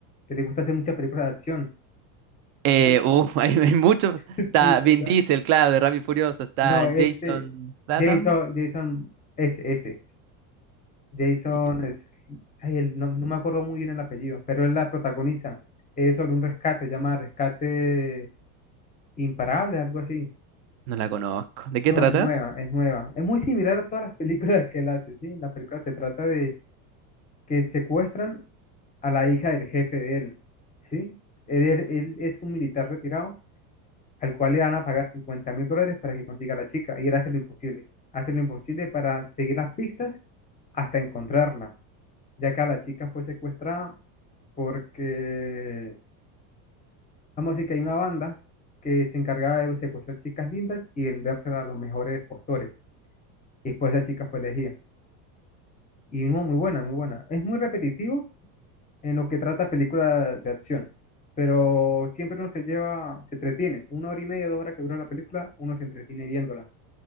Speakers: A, on the left (about 20°); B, on the right (about 55°).
A: que le gusta hacer muchas películas de acción.
B: Eh,
A: No,
B: uh, <laughs> hay, hay muchos.
A: <laughs>
B: Está
A: sí, ¿verdad?
B: Vin Diesel, claro, de Rápido y Furioso. Está
A: No, este,
B: Jason Statham.
A: Jason, Jason, ese, ese, Jason
B: y- qué?
A: es, ay, el- no, no me acuerdo muy bien el apellido, pero es la protagonista. Es sobre un rescate, se llama Rescate Imparable, algo así.
B: No la conozco. ¿De
A: No,
B: qué trata?
A: es nueva, es nueva. Es muy similar a todas las <laughs> películas que él hace, sí. La película se trata de que secuestran a la hija del jefe de él, ¿sí? Él, él es un militar retirado al cual le van a pagar cincuenta mil dólares para que consiga a la chica y él hace lo imposible, hace lo imposible para seguir las pistas hasta encontrarla, ya que a la chica fue secuestrada porque, vamos a decir que hay una banda que se encargaba de secuestrar chicas lindas y vendérselas a los mejores postores, y después esa chica fue elegida. Y no, muy buena, muy buena. Es muy repetitivo, en lo que trata películas de acción. Pero siempre uno se lleva, se entretiene. Una hora y media, dos horas que dura la película, uno se entretiene viéndola.